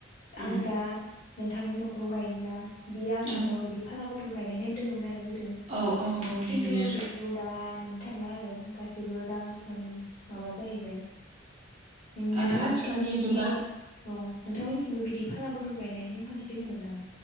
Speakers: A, on the right; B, on the left.
A: उम
B: आं दा नोंथांनि नखराव गायोब्ला बियो आंनि
A: औ
B: नखराव बिदि फा फाला बदल गायनाय नेम दङमोन आरो
A: औ औ औ बिदिनो
B: खिन्थु बेफोरखौ दा नु थांला आरो गासैबो रां रुफानि माबा जाहैबाय नोंथांमोननिथिंबो
A: आरो आथिखालनि
B: बिदि
A: जुगा
B: औ नोंथांमोननिथिंबो बिदि फालाबदल गायनाय नेम खान्थि दङमोन नामा?